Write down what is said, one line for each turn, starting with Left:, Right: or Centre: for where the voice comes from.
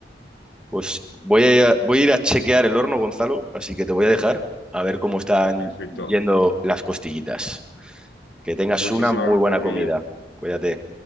Centre: Pues voy a, ir a- voy a ir a chequear el horno, Gonzalo, así que te voy a dejar a ver cómo están
Left: Perfecto.
Centre: yendo las costillitas. Que tengas
Left: Muchísimas
Centre: una muy buena
Left: gracias,
Centre: comida.
Left: Guille.
Centre: Cuídate.